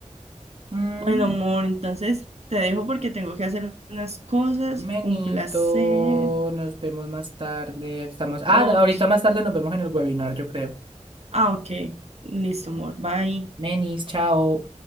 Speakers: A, on the right (about 45°); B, on the right (about 60°).
A: Mm,
B: Bueno, amor, entonces te dejo porque tengo que hacer unas cosas.
A: Menito,
B: Fue un placer.
A: nos vemos más tarde. Estamos,
B: Ok.
A: ah, ahorita más tarde nos vemos en el webinar, yo creo.
B: Ah, ok. Listo, amor. Bye.
A: Menis, chao.